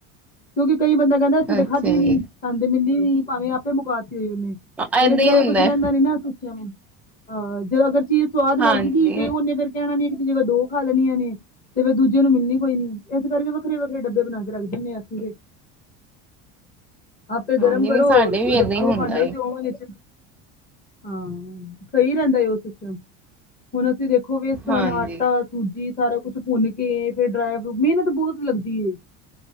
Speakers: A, on the left; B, in the centre.
A: ਕਿਉਂਕਿ ਕਈ ਬੰਦੇ ਕਹਿੰਦੇ ਅਸੀਂ ਤੇ
B: ਅੱਛਾ
A: ਖਾਧੀ ਨੀ।
B: ਜੀ
A: ਸਾਨੂੰ ਤੇ ਮਿਲੀ ਨੀ ਭਾਵੇਂ ਆਪੇ ਮੁਕਾਤੀ ਹੋਈ ਓਨੇ। ਫੇਰ
B: ਏਦਾਂ
A: ਇਸ ਦਾ
B: ਹੀ
A: ਵੀ
B: ਹੁੰਦਾ
A: ਕੁਛ
B: ਹੈ।
A: ਰੈੰਦਾ ਨੀ ਨਾ ਸੂਚਿਆ ਨੂੰ। ਹਾਂ, ਜੇ ਅਗਰ ਚੀਜ਼ ਸਵਾਦ
B: ਹਾਂਜੀ
A: ਲੱਗ ਗਈ ਤੇ ਉਨੇ ਫਿਰ ਕਹਿਣਾ ਨਹੀਂ ਇਕ ਦੀ ਜਗਾ ਦੋ ਖਾ ਲੈਣੀਆਂ ਨੇ ਤੇ ਫੇਰ ਦੂਜੇ ਨੂੰ ਮਿਲਣੀ ਕੋਈ ਨੀ ਇਸ ਕਰਕੇ ਫੇਰ ਵੱਖਰੇ-ਵੱਖਰੇ ਡੱਬੇ ਬਣਾ ਕੇ ਰੱਖ ਦੇਨੇ ਆਂ ਅਸੀਂ ਤੇ। ਆਪੇ
B: ਹਾਂਜੀ
A: ਗਰਮ
B: ਨਹੀਂ
A: ਕਰੋ,
B: ਸਾਡੇ ਵੀ ਏਦਾਂ
A: ਰੱਖੋ
B: ਹੀ
A: ਭਾਂਡੇ
B: ਹੁੰਦਾ ਏ
A: ਚ ਔਵਨ ਇਚ। ਹਾਂ, ਸਹੀ ਰੈੰਦਾ ਏ ਓਹ ਸਿਸਟਮ। ਹੁਣ ਅਸੀਂ ਦੇਖੋ ਵੇਸਣ,
B: ਹਾਂਜੀ
A: ਆਟਾ ਸੂਜੀ ਸਾਰਾ ਕੁਛ ਭੁੰਨ ਕੇ ਫੇਰ ਡਰਾਈ ਫਰੂਟ ਮਿਹਨਤ ਬਹੁਤ ਲੱਗਦੀ ਏ।